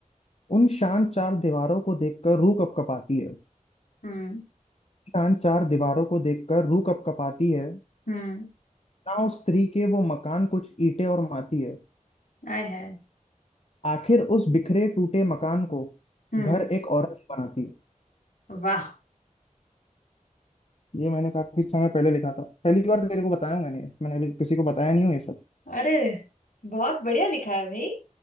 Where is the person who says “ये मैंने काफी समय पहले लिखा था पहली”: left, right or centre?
Left